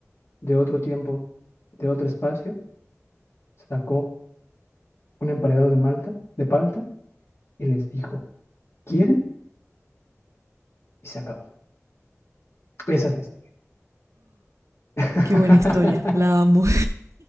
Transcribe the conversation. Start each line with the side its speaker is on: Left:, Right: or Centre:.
Left: de otro tiempo, de otro espacio, sacó un emparedado de malta, de palta, y les dijo, ¿quieren? Y se acabó. Esa es la historia. <laughs>
Right: Qué buena historia, la amo.